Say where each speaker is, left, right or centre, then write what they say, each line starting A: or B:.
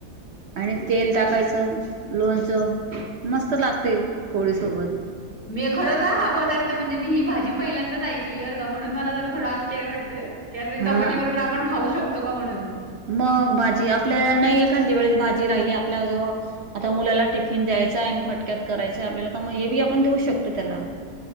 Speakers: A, on the right (about 55°); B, on the right (about 30°).
A: आणि तेल टाकायचं, <inaudible> लोणचं मस्त लागते पोळीसोबत
B: मी खरच हा पदार्थ म्हणजे मी ही भाजी पहिल्यांदाच ऐकली बर का म्हणून मला जरा थोडं आश्चर्य वाटतंय कि अशी
A: हा
B: चपाती बरोबर आपण खाऊ शकतो तो का म्हणून
A: मग भाजी आपल्याला नाही एखाद्या वेळेस भाजी राहिली आपल्या जवळ आता मुलाला टिफिन द्यायच आहे फटक्यात करायच आपल्याला तर मग हे बी आपण देऊ शकतो त्याला